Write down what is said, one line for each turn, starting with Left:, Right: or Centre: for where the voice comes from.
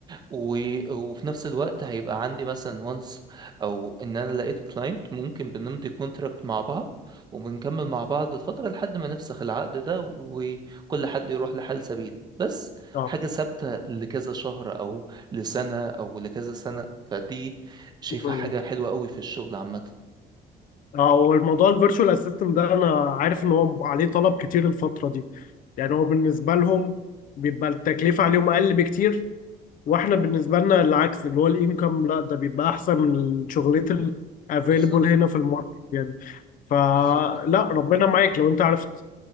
Right: و- وفي نفس الوقت هيبقى عندي مثلا وانس او ان انا لقيت كلاينت ممكن بنمضي كونتراكت مع بعض وبنكمل مع بعض الفتره لحد ما نفسخ العقد ده و- وكل حد يروح لحال سبيله بس
Left: اه
Right: حاجه ثابته لكذا شهر او لسنه او لكذا سنه فدي شايفها
Left: مم.
Right: حاجه حلوه قوي في الشغل عامه
Left: اه والموضوع الفيرتشوال اسيستنت ده انا عارف ان هو عليه طلب كتير الفتره دي يعني هو بالنسبه لهم بيبقى التكلفه عليهم اقل بكتير واحنا بالنسبه لنا العكس اللي هو الانكم لا ده بيبقى احسن من الشغلات الافيلبل
Right: بالظبط
Left: هنا في الماركت يعني فلا
Right: بالظبط
Left: ربنا معاك لو انت عرفت